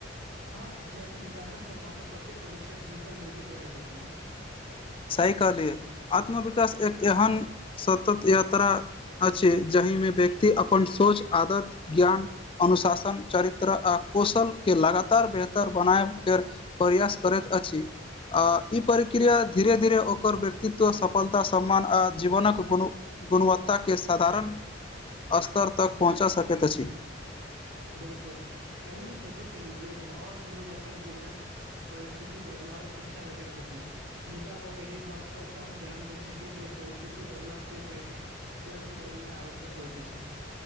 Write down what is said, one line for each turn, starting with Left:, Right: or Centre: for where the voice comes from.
Right: हँ कियाकि विकासक सम्भावना प्रत्येक मनुष्य्यक भीतर मौजूद रहैत अछि।
Left: सही कहलिये आत्मविकास एक एहन सतत यात्रा अछि जहिमे व्यक्ति अपन सोच, आदत, ज्ञान अनुशासन, चरित्र आ कौशल के लगातार बेहतर बनाय के प्रयास करैत अछि आ ई प्रक्रिया धीरे धीरे ओकर व्यक्तित्व सफलता सम्मान आ जीवनक कोनो गुणवत्ताके साधारण स्तर तक पहुँचा सकैत अछि।
Right: बिलकुल कल्ही हम सोचै छलू जे बहोत लोग अपन जीवनक परिस्थिति बदलावक इच्छा रखै छथी मुदा ओ एहि बात पर कम ध्यान दै छथि जे परिस्थिति बदला से पहिने स्वयंके बदलनाइ आवश्यक होइत अछि।